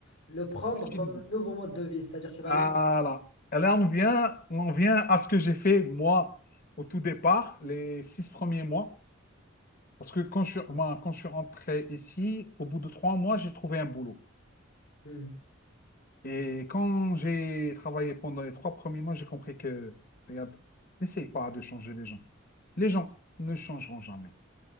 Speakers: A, on the left (about 80°); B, on the left (about 45°).
A: le prendre
B: Je
A: comme
B: te l'ai dit.
A: nouveau mode de vie, c'est-à-dire tu vas
B: Voilà.
A: mixer.
B: Et là, on vient, on vient à ce que j'ai fait, moi, au tout départ, les six premiers mois. Parce que quand je, suis- moi, quand je suis rentré ici, au bout de trois mois, j'ai trouvé un boulot.
A: Hmm.
B: Et quand j'ai travaillé pendant les trois premiers mois, j'ai compris que, regarde, n'essaye pas de changer les gens. Les gens ne changeront jamais.